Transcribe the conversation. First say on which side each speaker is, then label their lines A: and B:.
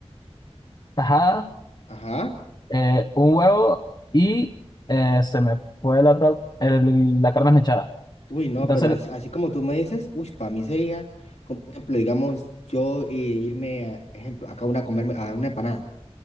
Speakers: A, on the left (about 40°); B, on the left (about 80°).
A: tajada,
B: Ajá.
A: eh, un huevo y eh, se me fue la otra, el- la carne esmechada.
B: Uy, no,
A: Entonces,
B: pero as- así, como tú me dices, uy, para mí sería, como por ejemplo, digamos, yo eh, irme, a, ejemplo, acá una a comerme a una empanada.